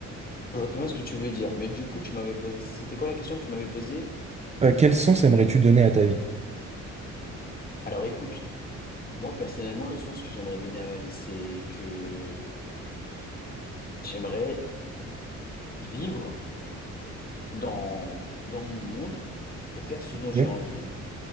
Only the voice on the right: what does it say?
Euh, quel sens aimerais-tu donner à ta vie?
Ok.